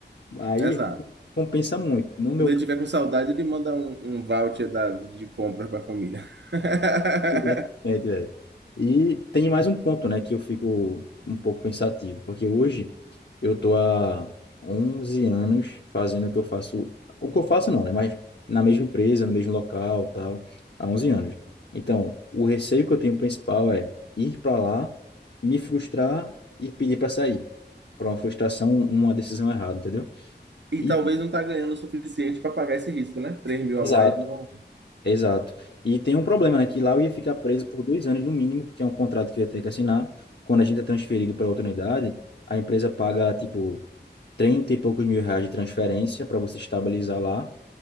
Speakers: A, on the left (about 70°); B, on the right (about 80°).
A: Aí
B: Exato.
A: compensa muito. No meu
B: Quando ele tiver com saudade, ele manda um, um voucher da- de compras para a família. <laughs>
A: Exatamente, velho. E tem mais um ponto, né, que eu fico um pouco pensativo, porque hoje eu tô há 11 anos fazendo o que eu faço, o que eu faço não, né, mas na mesma empresa, no mesmo local, tal, há 11 anos. Então, o receio que eu tenho principal é ir para lá, me frustrar e pedir para sair. Por uma frustração, uma decisão errada, entendeu?
B: E
A: E,
B: talvez não tá ganhando o suficiente para pagar esse risco, né? Três mil
A: exato,
B: a mais não.
A: Exato. E tem um problema, né? Que lá eu ia ficar preso por dois anos no mínimo, porque é um contrato que eu ia ter que assinar. Quando a gente é transferido para outra unidade, a empresa paga, tipo, 30 e poucos mil reais de transferência para você estabilizar lá.